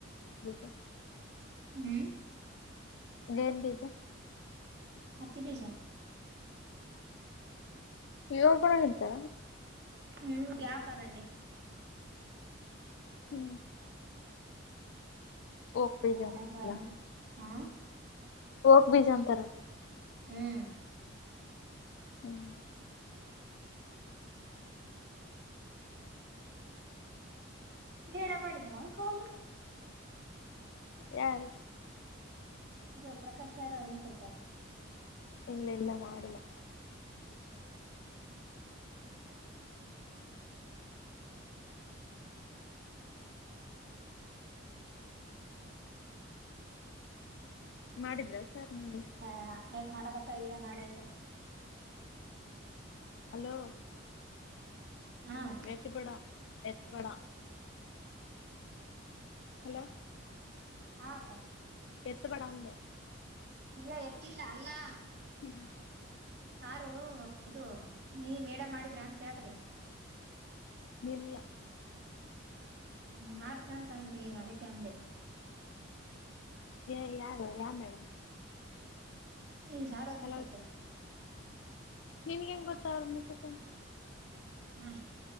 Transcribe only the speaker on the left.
<unintelligible>
ಏನ್ ಬಿಜಾ.
ಈವಾಗಲೂ ಇದ್ದ
ಹ್ಮ್ ಓಕ್
ಬೀಜ ಅಂತಲ್ಲ
<unintelligible> ಬೀಜ ಅಂತಾರೆ.
ಹ್ಮ್
ಯಾರ.
ಇಲ್ಲ ಇಲ್ಲ ಮಾಡಿಲ್ಲ. ಮಾಡಿದ್ರಾ ಸರ್ ನಿಮಗೆ
ಹಲೋ
ಎತ್ತಬೇಡ ಎತ್ತಬೇಡ. ಹಲೋ
ಎತ್ತುಬೇಡ ಅಂದೇ.
ಹ್ಮ್
ಇಲ್ಲ
ಯಾರು ಯಾರ ಮೇಡಮ್.
ಕೆಲವತ್ತು
ನಿನ್ಗೆ ಹೆಂಗ ಗೊತ್ತು ಅವರ ಮಿಸೆಸ್ ಅಂತ.